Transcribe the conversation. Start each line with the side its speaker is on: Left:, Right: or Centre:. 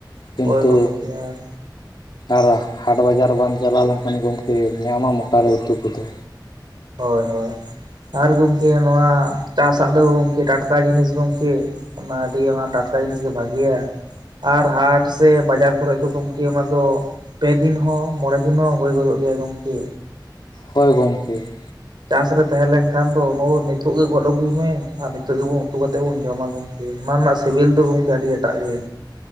Left: ᱠᱤᱱᱛᱩ
Right: ᱦᱳᱭ ᱜᱚᱢᱠᱮ ᱟᱨ
Left: ᱟᱨ ᱦᱟᱴ ᱵᱟᱡᱟᱨ ᱵᱟᱢ ᱪᱟᱞᱟᱣ ᱞᱮᱱᱠᱷᱟᱱ ᱜᱚᱝᱠᱮ ᱧᱟᱢᱟᱢ ᱚᱠᱟ ᱨᱮ ᱩᱛᱩ ᱠᱚᱫᱚ᱾
Right: ᱦᱳᱭ ᱦᱳᱭ, ᱟᱨ ᱜᱚᱝᱠᱮ ᱱᱚᱣᱟ ᱪᱟᱥᱟᱜ ᱫᱚ ᱜᱚᱝᱠᱮ ᱴᱟᱴᱠᱟ ᱡᱤᱱᱤᱥ ᱜᱚᱝᱠᱮ, ᱚᱱᱟ ᱟᱹᱰᱤ ᱚᱱᱟ ᱴᱟᱴᱠᱟ ᱡᱤᱱᱤᱥ ᱜᱮ ᱵᱷᱟᱜᱮᱭᱟ᱾ ᱟᱨ ᱦᱟᱴ ᱥᱮ ᱵᱟᱡᱟᱨ ᱠᱚᱨᱮᱫ ᱫᱚ ᱜᱚᱝᱠᱮ ᱚᱱᱟ ᱫᱚ ᱯᱮ ᱫᱤᱱ ᱦᱚᱸ, ᱢᱚᱬᱮ ᱫᱤᱱ ᱦᱚᱸ ᱦᱳᱭ ᱜᱚᱫᱚᱜ ᱜᱮᱭᱟ ᱜᱚᱝᱠᱮ᱾
Left: ᱦᱚᱭ ᱜᱚᱝᱠᱮ᱾
Right: ᱪᱟᱥ ᱨᱮ ᱛᱟᱦᱮᱸ ᱞᱮᱝᱠᱷᱟᱱ ᱫᱚ <unintelligible> ᱱᱤᱛᱚᱜ ᱜᱮ ᱜᱚᱫ ᱟᱹᱜᱩᱭ ᱢᱮ ᱟᱨ ᱱᱤᱛᱚᱜ ᱜᱮᱵᱚᱱ ᱩᱛᱩ ᱠᱟᱛᱮᱫ ᱵᱚᱱ ᱡᱚᱢᱟ ᱵᱚᱱ᱾ ᱚᱱᱟ ᱨᱮᱱᱟᱜ ᱥᱤᱵᱤᱞ ᱫᱚ ᱜᱚᱝᱠᱮ ᱟᱹᱰᱤ ᱮᱴᱟᱜ ᱜᱮ᱾